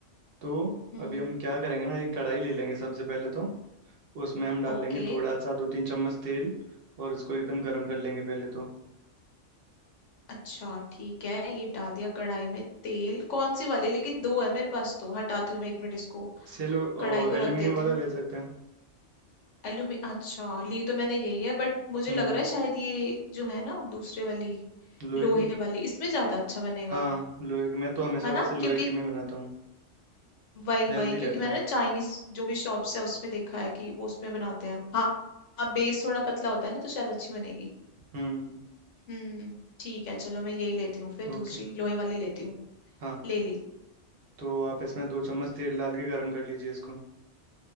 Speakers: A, on the right; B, on the left.
A: तो
B: हम्म
A: अभी हम क्या करेंगे ना एक कढ़ाई ले लेंगे सबसे पहले तो उसमें हम डाल
B: ओके
A: लेंगे थोड़ा सा दो तीन चम्मच तेल और उसको एकदम गर्म कर लेंगे पहले तो
B: अच्छा ठीक है ये डाल दिया कढ़ाई में तेल कौन सी वाली लेकिन दो है मेरे पास तो हटाती हूँ मैं एक मिनट इसको
A: सिल
B: कढ़ाई को
A: एल्यूमिनियम
B: रख देती
A: वाला
B: हूँ
A: ले सकते हैं
B: एलुमी अच्छा ली तो मैंने यही है बट मुझे
A: हम्म
B: लग रहा है शायद ये जो है ना दूसरे वाली
A: लोहे
B: लोहे
A: की
B: वाली इसमें ज्यादा अच्छा बनेगा
A: हाँ लोहे की मैं तो हमेशा
B: है ना
A: वैसे लोहे
B: क्योंकि
A: की में ही बनाता हूँ
B: वही
A: हेल्दी
B: वही क्योंकि
A: रहता
B: मैंने
A: है
B: ना चाइनीज जो भी शॉप्स है उसमें देखा है कि वो उसमें बनाते हैं हाँ हाँ बेस थोड़ा पतला होता है ना तो शायद अच्छी बनेगी
A: हम्म
B: हम्म ठीक है चलो मैं यही लेती हूँ फिर दूसरी
A: ओके
B: लोहे वाली लेती हूँ
A: हाँ
B: ले ली
A: तो आप इसमें दो चम्मच तेल डाल के गर्म कर लीजिए इसको